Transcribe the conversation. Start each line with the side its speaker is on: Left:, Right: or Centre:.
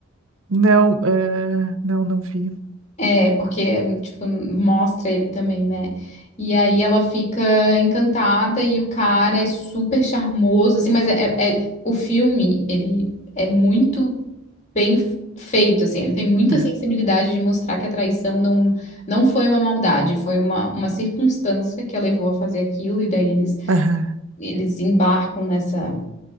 Right: Não, ah, não, não vi.
Left: É, porque, tipo, mostra ele também, né? E aí ela fica encantada e o cara é super charmoso, assim, mas é, é- é, o filme, ele é muito bem f- feito, assim, ele tem muita
Right: Ah,
Left: sensibilidade de mostrar que a traição não, não foi uma maldade, foi uma, uma circunstância que a levou a fazer aquilo, e daí eles,
Right: Aham.
Left: eles embarcam nessa,